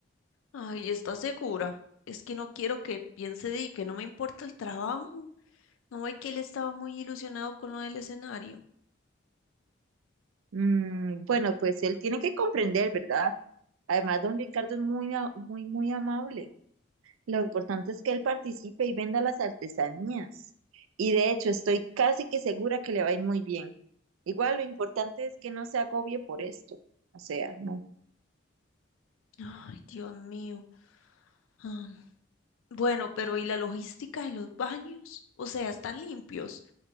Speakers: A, on the left (about 80°); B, on the right (about 80°).
A: Ay, ¿está segura? Es que no quiero que piense de que no me importa el trabajo. No ve que él estaba muy ilusionado con lo del escenario.
B: Mm, bueno, pues él tiene que comprender, ¿verdad? Además, don Ricardo es muy, a- muy, muy amable. Lo importante es que él participe y venda las artesanías. Y de hecho, estoy casi que segura que le va a ir muy bien. Igual, lo importante es que no se agobie por esto. O sea, no.
A: Ay, Dios mío. Ah, Bueno, pero ¿y la logística de los baños? O sea, ¿están limpios?